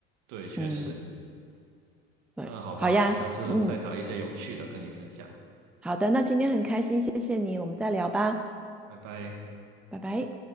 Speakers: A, on the right (about 60°); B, in the centre.
A: 对，确实。
B: 嗯，对，
A: 嗯，好吧，
B: 好呀，
A: 下次再找一些有趣的跟你分享，
B: 嗯，好的，那今天很开心，谢谢你，我们再聊吧，
A: 拜拜。
B: 拜拜。